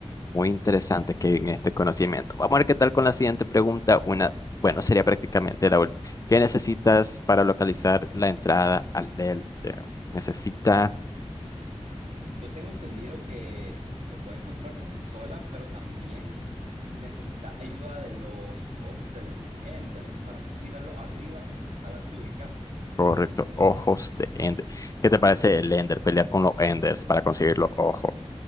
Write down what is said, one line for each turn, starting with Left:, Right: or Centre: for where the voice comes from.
Left: Muy interesante que en este conocimiento. Vamos a ver qué tal con la siguiente pregunta. Una, bueno, sería prácticamente la última. ¿Qué necesitas para localizar la entrada al Ender? Necesita,
Right: Yo tengo entendido que se puede encontrar por sí sola, pero también necesita ayuda de los ojos del Ender para así tirarlo arriba y saberte ubicar.
Left: correcto, ojos de Ender. ¿Qué te parece el Ender? Pelear con los Enders para conseguir los ojos.